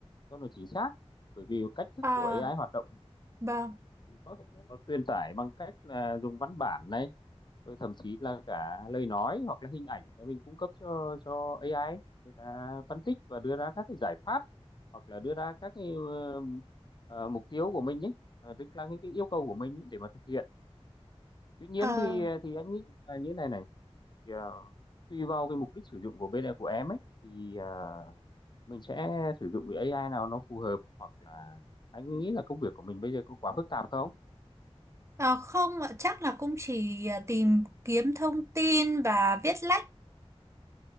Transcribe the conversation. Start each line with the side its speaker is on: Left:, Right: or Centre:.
Left: cho nó chính xác bởi vì cách thức
Right: Ờ
Left: của AI hoạt động
Right: vâng.
Left: thì có thể là nó truyền tải bằng cách là dùng văn bản này rồi thậm chí là cả lời nói hoặc là hình ảnh để mình cung cấp cho cho AI ấy. người ta phân tích và đưa ra các cái giải pháp hoặc là đưa ra các cái ờ, ờ, mục tiêu của mình ấy Ờ, tức là những cái yêu cầu của mình ấy để mà thực hiện tuy nhiên
Right: Ờ
Left: thì thì anh nghĩ là như thế này này thì, ờ, tùy vào cái mục đích sử dụng của bên của em ấy thì ờ, mình sẽ sử dụng cái AI nào nó phù hợp hoặc là anh nghĩ là công việc của mình bây giờ có quá phức tạp không?
Right: ờ, không ạ, chắc là cũng chỉ tìm kiếm thông tin và viết lách.